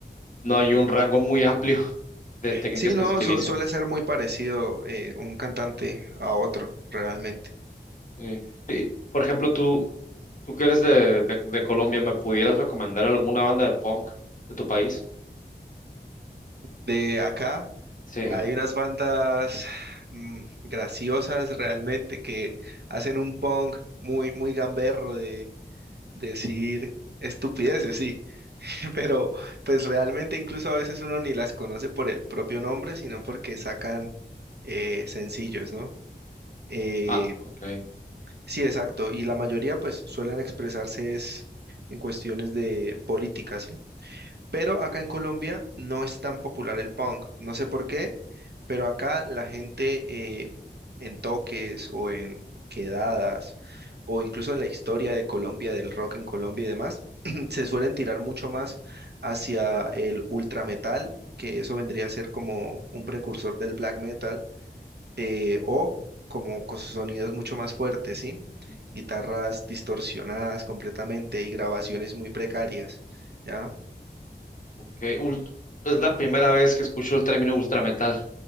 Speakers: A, on the left; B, on the right.
A: No hay un rango muy amplio <laughs> de técnicas
B: Sí,
A: que
B: no,
A: se utilizan.
B: su- suele ser muy parecido eh, un cantante a otro, realmente.
A: Eh, y, por ejemplo, tú, tú que eres de, de- de Colombia, ¿me pudieras recomendar alguna banda de punk de tu país?
B: De acá
A: Sí.
B: hay unas bandas mm, graciosas realmente que hacen un punk muy, muy gamberro de decir estupideces, sí, <laughs> pero pues realmente incluso a veces uno ni las conoce por el propio nombre, sino porque sacan eh, sencillos, ¿no? Eh,
A: Ah, ok.
B: sí, exacto, y la mayoría pues suelen expresarse es en cuestiones de política, ¿sí? Pero acá en Colombia no es tan popular el punk. No sé por qué, pero acá la gente eh, en toques o en quedadas o incluso en la historia de Colombia, del rock en Colombia y demás, <clears throat> se suelen tirar mucho más hacia el ultra metal, que eso vendría a ser como un precursor del black metal eh, o como con sonidos mucho más fuertes, ¿sí?
A: Ujú,
B: Guitarras distorsionadas completamente y grabaciones muy precarias, ¿ya?
A: ok. Ul- es la primera vez que escucho el término ultrametal.